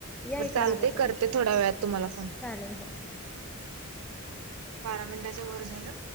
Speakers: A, in the centre; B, on the right.
A: या
B: बरं
A: इकडं
B: चालतय
A: आलं तर
B: करते
A: मग
B: थोड्या वेळात तुम्हाला फोन.
A: चालेल हो.
B: बारा मिनटाच्या वर झालं.